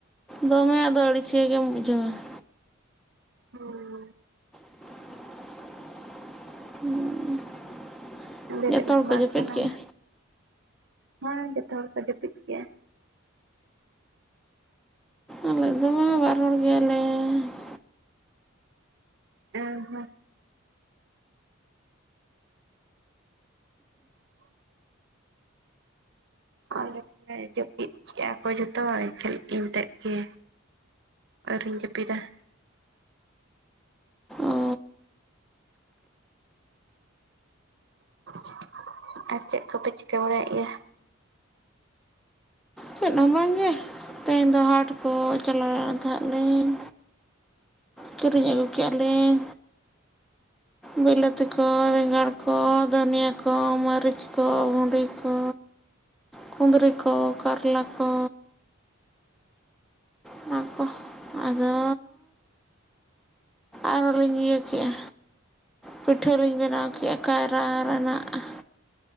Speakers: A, in the centre; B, on the right.
A: ᱫᱚᱢᱮ ᱟᱫᱚ ᱟᱹᱲᱤᱥᱤᱭᱟᱹ ᱜᱮᱢ ᱵᱩᱡᱷᱟᱹᱣᱼᱟ ᱾
B: ᱦᱚᱸ
A: <inaudible>
B: ᱵᱮᱨᱮᱫᱽ
A: ᱦᱚᱲ
B: ᱦᱚᱸ
A: ᱠᱚ
B: ᱵᱟᱝ
A: ᱡᱟᱹᱯᱤᱫ
B: ᱥᱟᱱᱟᱢᱟ
A: ᱠᱮᱜᱼᱟ
B: ᱢᱟ, ᱦᱚᱭ ᱡᱚᱛᱚ ᱦᱚᱲ ᱠᱚ ᱡᱟᱹᱯᱤᱫ ᱠᱮᱜᱼᱟ ᱾
A: ᱟᱞᱮ ᱫᱚ ᱵᱟᱨ ᱦᱚᱲ ᱜᱮᱭᱟᱞᱮ ᱾
B: ᱮ ᱦᱩᱸ ᱾ <inaudible> ᱟᱞᱮ ᱠᱚᱞᱮ ᱡᱟᱹᱯᱤᱫ ᱠᱮᱜᱼᱟ ᱠᱚ ᱡᱚᱛᱚ ᱦᱚᱲ ᱠᱷᱮᱞ ᱤᱧᱛᱮᱫ ᱜᱮ ᱟᱹᱣᱨᱤᱧ ᱡᱟᱹᱯᱤᱫᱟ ᱾
A: ᱚ
B: <inaudible> ᱟᱨ ᱪᱮᱫ ᱠᱚᱯᱮ ᱪᱤᱠᱟᱹ ᱵᱟᱲᱟᱭᱮᱜ ᱜᱮᱭᱟ?
A: ᱪᱮᱫ ᱦᱚᱸ ᱵᱟᱝᱜᱮ ᱛᱮᱦᱮᱧ ᱫᱚ ᱦᱟᱴ ᱠᱚ ᱪᱟᱞᱟᱣ ᱞᱮᱱ ᱛᱟᱦᱮᱸ ᱞᱤᱧ, ᱠᱤᱨᱤᱧ ᱟᱹᱜᱩ ᱠᱮᱜᱼᱟ ᱞᱤᱧ ᱵᱤᱞᱟᱹᱛᱤ ᱠᱚ, ᱵᱮᱝᱜᱟᱲ ᱠᱚ ᱠᱚ ᱫᱟᱹᱱᱤᱭᱟᱹ ᱠᱚ, ᱢᱟᱹᱨᱤᱪ ᱠᱚ, ᱵᱷᱩᱸᱰᱤ ᱠᱚ ᱠᱩᱸᱫᱽᱨᱤ ᱠᱚ, ᱠᱟᱨᱞᱟ ᱠᱚ ᱚᱱᱟ ᱠᱚ ᱟᱫᱚ ᱟᱨᱚ ᱞᱤᱧ ᱤᱭᱟᱹ ᱠᱮᱜᱼᱟ ᱯᱤᱴᱷᱟᱹ ᱞᱤᱧ ᱵᱮᱱᱟᱣ ᱠᱮᱜᱼᱟ ᱠᱟᱭᱨᱟ ᱨᱮᱱᱟᱜ ᱾